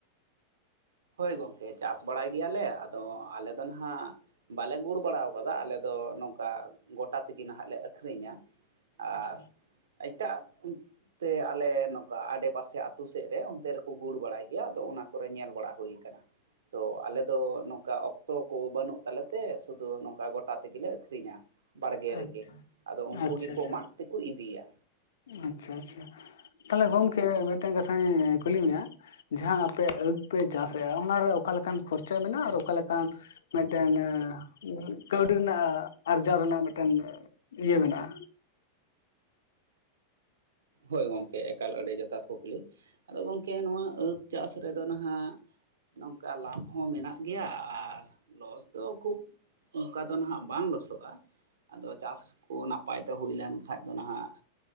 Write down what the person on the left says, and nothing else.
ᱟᱪᱪᱷᱟ
ᱟᱪᱪᱷᱟ
ᱟᱪᱪᱷᱟ
ᱟᱪᱪᱷᱟ
ᱟᱪᱪᱷᱟ ᱟᱪᱪᱷᱟ ᱛᱟᱦᱚᱞᱮ ᱜᱚᱝᱠᱮ ᱢᱤᱫᱴᱮᱱ ᱠᱟᱛᱷᱟᱧ ᱠᱩᱞᱤ ᱢᱤᱭᱟ, ᱡᱟᱸᱦᱟ ᱟᱯᱮ ᱟᱹᱠ ᱯᱮ ᱪᱟᱥᱮ‌ ᱟ ᱚᱱᱟᱨᱮ ᱚᱠᱟ ᱞᱮᱠᱟᱱ ᱠᱷᱚᱨᱪᱟ ᱢᱮᱱᱟᱜᱼᱟ ᱟᱨ ᱚᱠᱟ ᱞᱮᱠᱟᱱ? ᱢᱤᱫᱴᱮᱱ ᱟᱸ ᱠᱟᱹᱣᱰᱤ ᱨᱮᱱᱟᱜ ᱟᱨᱡᱟᱣ ᱨᱮᱱᱟᱜ ᱢᱤᱫᱴᱮᱱ ᱤᱭᱟᱹ ᱢᱮᱱᱟᱜ-ᱟ᱾